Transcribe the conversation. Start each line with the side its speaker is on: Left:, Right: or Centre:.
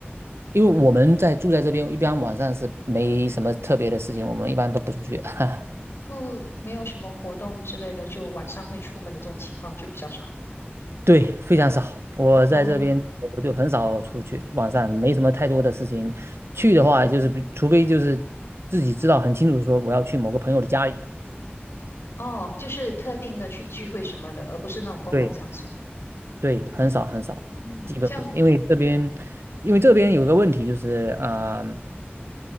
Right: 因为我们在住在这边，一般晚上是没什么特别的事情，我们一般都不出去。<laughs>
Left: 不，没有什么活动之类的，就晚上会出门的这种情况就比较少
Right: 对，非常少。我在这边我就很少出去，
Left: 啊。
Right: 晚上没什么太多的事情。去的话，就是比除非就是自己知道很清楚，说我要去某个朋友的家里。
Left: 哦，就是特定的去聚会什么的，而不是那种公共场所。
Right: 对，对，很少很少，
Left: 嗯，
Right: 基本不是，
Left: 这样，
Right: 因为这边，因为这边有个问题就是，啊、